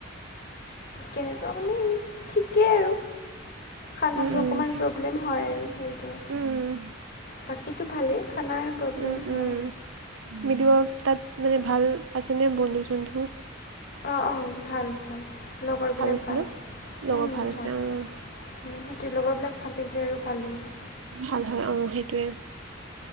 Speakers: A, on the left (about 50°); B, on the right (about 75°).
A: কেনেকুৱা মানেই ঠিকেই আৰু খানাটো
B: উম উম
A: অকণমান প্ৰব্লেম হয় আৰু সেইটোৱে
B: উম,
A: বাকীটো ভালেই। খানাৰ প্ৰব্লেম
B: উম
A: হয়
B: উম মিলিব তাত মানে ভাল আছেনে বন্ধু চন্ধু?
A: অঁ অঁ ভাল ভাল লগৰবিলাক
B: আছে
A: ভাল
B: ন লগৰ
A: ভাল ওম
B: আছে অঁ
A: ভাল লগৰবিলাক ভাল থাকিলে আৰু ভাল লাগিব।
B: ভাল হয়। অ সেইটোৱে